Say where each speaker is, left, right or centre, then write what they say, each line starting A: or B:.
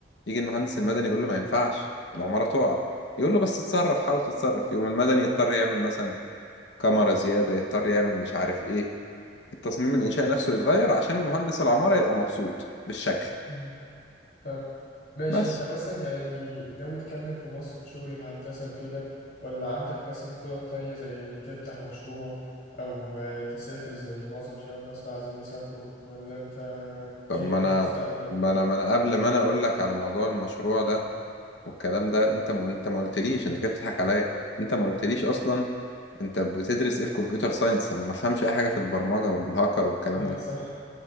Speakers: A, on the left; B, on the left.
A: يجي المهندس المدني يقول له ما ينفعش العمارة تقع يقول له بس اتصرف حاول تتصرف يقوم المدني يضطر يعمل مثلا كاميرا زيادة يضطر يعمل مش عارف ايه التصميم الإنشائي نفسه يتغير عشان المهندس العمارة يبقى مبسوط بالشكل
B: مم. طب ماشي
A: بس
B: انت مثلا يعني ناوي تكمل في مصر في شغل الهندسة وكده ولا عندك مثلا خطط تانية زي تفتح مشروع أو آه، تسافر زي معظم شباب مصر عايزين يسافروا ولا انت شايف
A: طب ما انا
B: ايه المستقبل
A: ما انا ما انا
B: ولا
A: قبل ما انا اقول لك على موضوع المشروع ده والكلام ده انت ما انت ما قلتليش انت كده بتضحك عليا انت ما قلتليش اصلا انت بتدرس ايه في كمبيوتر ساينس انا ما فهمش اي حاجه في البرمجه والهاكر والكلام
B: اه
A: ده
B: صح